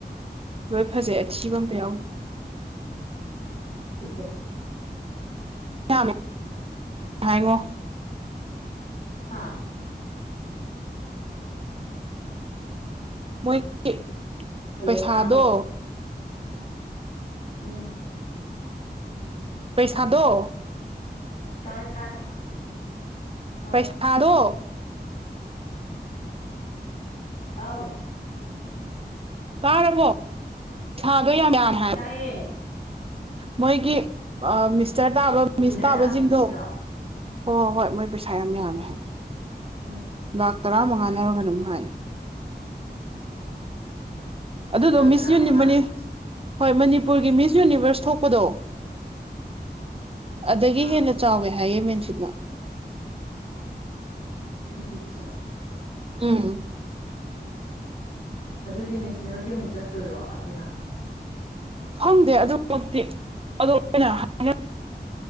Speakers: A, on the right (about 35°); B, on the left (about 55°).
A: ꯂꯣꯏ ꯐꯖꯩ ꯑꯊꯤꯕ ꯑꯝꯇ ꯌꯥꯎꯗꯦ
B: ꯍꯆ <inaudible>
A: ꯃꯦ ꯍꯥꯏꯉꯣ <inaudible>
B: ꯍꯥꯥ
A: ꯃꯣꯏꯒꯤ
B: ꯍꯜꯂꯣ
A: ꯄꯩꯁꯥꯗꯣ
B: ꯇꯥꯕ꯭ꯔꯣ ꯎꯝ
A: ꯄꯩꯁꯥꯗꯣ
B: ꯇꯥꯔꯦ ꯇꯥꯔꯦ ꯑꯥ
A: ꯄꯩꯁꯥꯗꯣ
B: ꯑꯥꯎ
A: ꯀꯥꯔꯕꯣ ꯁꯥꯗꯣꯏ ꯌꯥꯝ ꯌꯥꯝꯃꯦ ꯍꯥꯏ
B: ꯇꯥꯏꯌꯦ
A: ꯃꯣꯏꯒꯤ ꯑꯥ ꯃꯤꯁꯇꯔ ꯇꯥꯕ ꯃꯤꯁ
B: ꯋꯤꯟꯅꯔ
A: ꯇꯥꯕꯁꯤꯡꯗꯣ
B: ꯇꯥꯕꯗꯨꯒꯤꯔꯣ
A: ꯍꯣꯏ ꯍꯣꯏ ꯃꯣꯏ ꯄꯩꯁꯥ ꯌꯥꯝ ꯌꯥꯝꯃꯦ ꯍꯥꯏ
B: ꯎꯝ
A: ꯂꯥꯛ ꯇꯔꯥ ꯃꯉꯥꯅꯦ ꯀꯩꯅꯣꯝꯃ ꯍꯥꯢ ꯑꯗꯨꯗꯣ
B: ꯂꯥꯛ
A: ꯃꯤꯁ
B: ꯇꯔꯥꯃꯉꯥ
A: ꯌꯨꯅꯤꯕꯅꯤ ꯍꯣꯏ ꯃꯅꯤꯄꯨꯔꯒꯤ ꯃꯤꯁ ꯌꯨꯅꯤꯚꯔꯁ ꯊꯣꯛꯄꯗꯣ ꯑꯗꯒꯤ
B: ꯑꯥ
A: ꯍꯦꯟꯅ ꯆꯥꯎꯋꯦ ꯍꯥꯏꯌꯦ ꯃꯦꯟꯐꯤꯠꯅ
B: ꯃꯦꯟꯐꯤꯠꯁꯦ
A: ꯎꯝ
B: ꯑꯗꯨꯗꯤ ꯅꯦꯁꯅꯦꯜꯒꯤ ꯑꯃꯨꯛ ꯆꯠꯇꯣꯏꯔꯣ ꯑꯗꯨꯅ
A: ꯈꯪꯗꯦ ꯑꯗꯨꯃꯛꯇꯤ ꯑ ꯑꯣꯏꯅ ꯍꯥꯏ <inaudible>